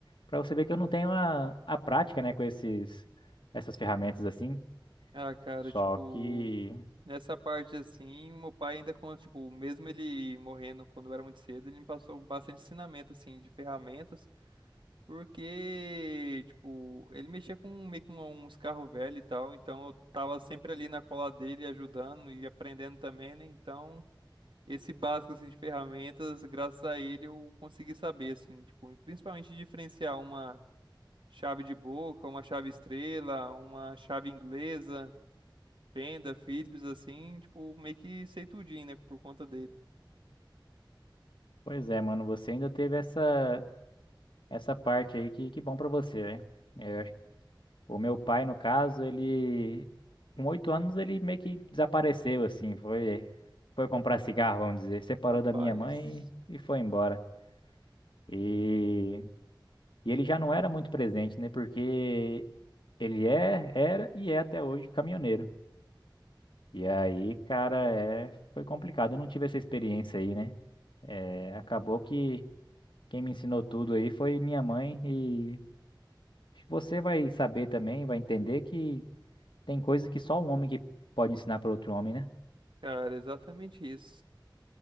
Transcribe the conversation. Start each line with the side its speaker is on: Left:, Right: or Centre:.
Left: Pra você ver que eu não tenho a, a prática, né, com esses, essas ferramentas assim.
Right: Ah, cara,
Left: Só
Right: tipo,
Left: que,
Right: nessa parte assim, o meu pai ainda, com tipo, mesmo ele morrendo quando eu era muito cedo, ele me passou bastante ensinamento, assim, de ferramentas, Porque, tipo, ele mexia com meio com uns carros velhos e tal, então eu tava sempre ali na cola dele ajudando e aprendendo também, né? Então, esse básico assim de ferramentas, graças a ele eu consegui saber assim, tipo, e principalmente diferenciar uma chave de boca, uma chave estrela, uma chave inglesa, Fenda, Philips assim, tipo, meio que sei tudinho, né, por conta dele.
Left: pois é, mano, você ainda teve essa, essa parte aí que, que bom pra você, né? O meu pai, no caso, ele com oito anos ele meio que desapareceu assim, foi foi comprar cigarro, vamos dizer, separou
Right: Rapaz,
Left: da minha mãe e, e foi embora. E, e ele já não era muito presente, né? Porque ele é, era e é até hoje caminhoneiro. E aí, cara, é foi complicado. Eu não tive essa experiência aí, né? É, acabou que quem me ensinou tudo aí foi minha mãe e acho que você vai saber também, vai entender que Tem coisas que só um homem que pode ensinar para outro homem, né?
Right: cara, é exatamente isso.